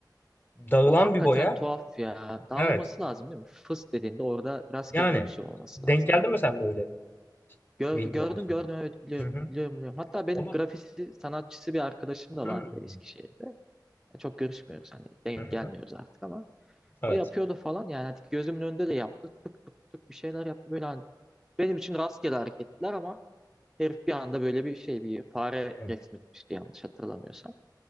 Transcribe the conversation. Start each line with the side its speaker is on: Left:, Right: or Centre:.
Left: Dağılan
Centre: O hakikaten
Left: bir boya.
Centre: tuhaf ya. Dağılması
Left: Evet.
Centre: lazım değil mi? Fıs dediğinde orada rastgele
Left: Yani
Centre: bir şey olması
Left: denk
Centre: lazım
Left: geldi
Centre: ama
Left: mi sen de öyle
Centre: gö-
Left: video
Centre: gördüm
Left: olsun?
Centre: gördüm evet biliyorum
Left: Hı hı.
Centre: biliyorum biliyorum. Hatta benim
Left: O da-
Centre: grafisi sanatçısı bir arkadaşım da
Left: Hmm.
Centre: vardı Eskişehir'de. Çok görüşmüyoruz hani denk
Left: Hı hı.
Centre: gelmiyoruz
Left: hı.
Centre: artık ama
Left: Evet.
Centre: O yapıyordu falan yani hani gözümün önünde de yaptı. Tık tık tık bir şeyler yaptı böyle hani benim için rastgele hareketler ama herif bir anda böyle bir şey bir fare
Left: Evet.
Centre: resmetmişti yanlış hatırlamıyorsam.